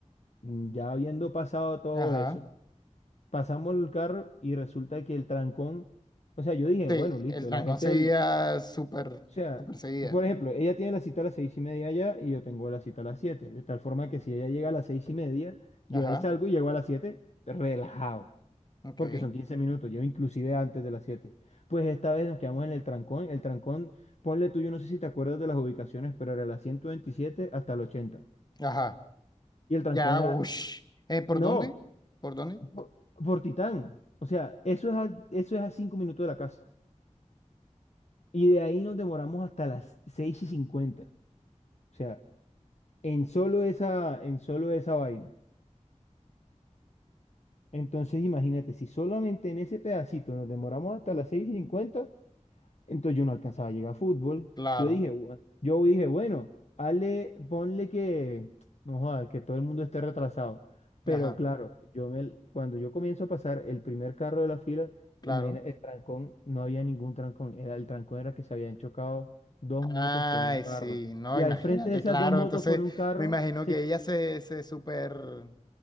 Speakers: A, on the left; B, on the left.
A: mm, ya habiendo pasado todo
B: Ajá.
A: eso, pasamos el carro y resulta que el trancón, o sea, yo dije,
B: Sí,
A: bueno, listo,
B: el trancón
A: la gente
B: seguía
A: del
B: súper,
A: o sea,
B: súper seguía.
A: por ejemplo, ella tiene la cita a las seis y media allá y yo tengo la cita a las siete. De tal forma que si ella llega a las seis y media, yo
B: Ajá.
A: de ahí salgo y llego a las siete relajado.
B: Ok.
A: Porque son 15 minutos, yo inclusive antes de las siete. Pues esta vez nos quedamos en el trancón. El trancón, ponle tú, yo no sé si te acuerdas de las ubicaciones, pero era la 127 hasta la 80.
B: Ajá.
A: Y el trancón
B: Ya,
A: era,
B: ush. Eh, ¿por
A: no,
B: dónde? ¿Por dónde?
A: por, por Titán. O sea, eso es a, eso es a 5 minutos de la casa. Y de ahí nos demoramos hasta las 6 y 50. O sea, en solo esa, en solo esa vaina. Entonces, imagínate, si solamente en ese pedacito nos demoramos hasta las seis y cincuenta entonces yo no alcanzaba a llegar a fútbol.
B: Claro,
A: Yo dije, "Bu- yo dije, bueno, hazle, ponle que, no jodas, que todo el mundo esté retrasado. Pero
B: ajá,
A: claro, yo me, cuando yo comienzo a pasar el primer carro de la fila,
B: claro.
A: imagina, el trancón, no había ningún trancón, era, el trancón era que se habían chocado dos motos
B: Ay,
A: con un carro.
B: sí, no,
A: Y
B: imagínate,
A: al frente de esas
B: claro.
A: dos motos
B: Entonces,
A: con un carro,
B: me imagino
A: se,
B: que ella se, se super,